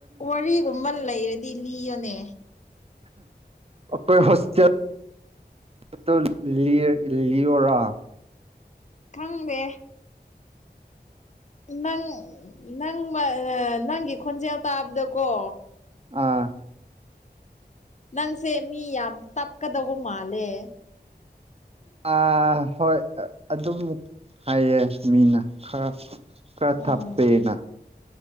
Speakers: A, on the left; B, on the right.
A: ꯋꯥꯔꯤꯒꯨꯝꯕ ꯂꯩꯔꯗꯤ ꯂꯤꯌꯣꯅꯦ
B: ꯑꯈꯣꯏ ꯍꯣꯁꯇꯦꯜ ꯑꯥꯇꯨ ꯂꯤꯌꯔ ꯂꯤꯌꯣꯔꯥ
A: ꯈꯪꯗꯦ ꯅꯪ ꯅꯪ ꯃ ꯅꯪꯒꯤ ꯈꯣꯟꯖꯦꯜ ꯇꯥꯕꯗꯀꯣ
B: ꯑꯥ
A: ꯅꯪꯁꯦ ꯃꯤ ꯌꯥꯝ ꯇꯞꯀꯗꯧꯕ ꯃꯥꯜꯂꯦ
B: ꯑ ꯍꯣꯏ ꯑꯗꯨꯝꯃꯨꯛ ꯍꯥꯏꯌꯦ ꯃꯤꯅ ꯈꯔ ꯈꯔ ꯊꯞꯄꯦꯅ
A: ꯎꯝ